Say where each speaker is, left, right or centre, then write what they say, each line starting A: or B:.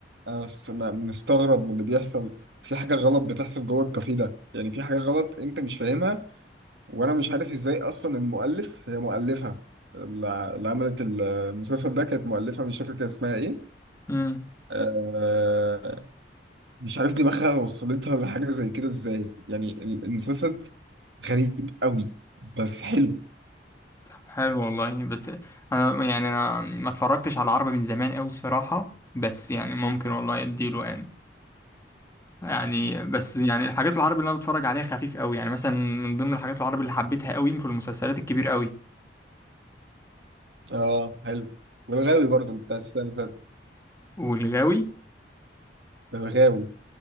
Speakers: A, on the right (about 70°); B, on the left (about 15°).
A: أنا س- أنا مستغرب من اللي بيحصل في حاجة غلط بتحصل جوه الكافيه ده يعني في حاجة غلط انت مش فاهمها وانا مش عارف ازاي اصلا المؤلف هي مؤلفها اللي اللي عملت المسلسل ده كانت مؤلفة مش فاكر كان اسمها ايه
B: امم
A: آه، مش عارف دماغها وصلتها لحاجة زي كده ازاي يعني ال- المسلسل غريب قوي بس حلو
B: حلو والله بس انا يعني انا ما اتفرجتش على العربي من زمان قوي الصراحه بس يعني ممكن والله اديله يعني يعني بس يعني الحاجات العربي اللي انا بتفرج عليها خفيف قوي يعني مثلا من ضمن الحاجات العربي اللي حبيتها قوي في المسلسلات الكبيره قوي
A: اه حلو والغاوي برضو انت السنة اللي فاتت
B: والغاوي
A: الغاوي